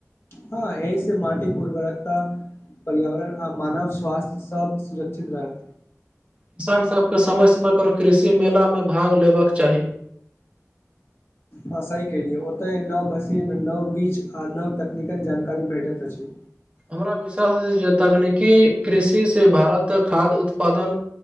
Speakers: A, on the left (about 50°); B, on the right (about 20°).
A: हँ एहि स माटिक उर्बरकता पर्यावरण आ मानव स्वास्थ्य सभ सुरक्षित रहत
B: किसान सबकेँ समय समय पर कृषि मेला मे भाग लेबक चाही
A: ह सहि केेलिय ओतय नव मशीन नव बीच आ नव तकनीकल जानकारी भेटैत अछि
B: हमरा विश्वास जे तकनीकी कृषि से भारत खाद्य उत्पादन